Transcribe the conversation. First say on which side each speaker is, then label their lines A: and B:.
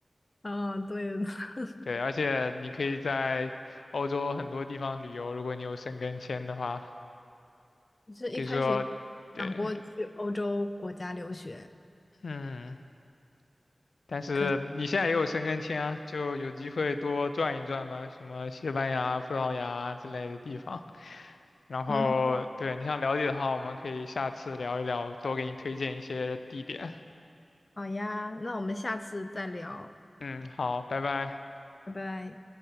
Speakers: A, on the left; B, on the left.
A: 嗯，对，<laughs>
B: 对，而且你可以在欧洲很多地方旅游，如果你有申根签的话，
A: 就是一开始有想过去欧洲国家留学，
B: 比如说，对，嗯，但是你现在也有申根签啊，
A: 可惜
B: 就有机会多转一转嘛，什么西班牙、葡萄牙之类的地方。然后，
A: 嗯哼
B: 对，你想了解的话，我们可以下次聊一聊，多给你推荐一些地点。
A: 好呀，那我们下次再聊，
B: 嗯，好，拜拜。
A: 拜拜。